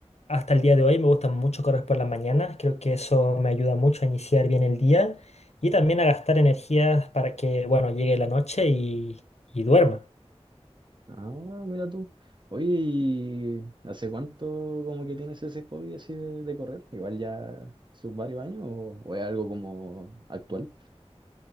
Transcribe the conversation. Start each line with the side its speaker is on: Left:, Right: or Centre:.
Left: hasta el día de hoy me gusta mucho correr por las mañanas. Creo que eso me ayuda mucho a iniciar bien el día y también a gastar energías para que, bueno, llegue la noche y, y duerma.
Right: Ah, mira tú. Oye, ¿y hace cuánto como que tienes ese hobby así de, de correr? Igual ya sus varios años o, o es algo como actual.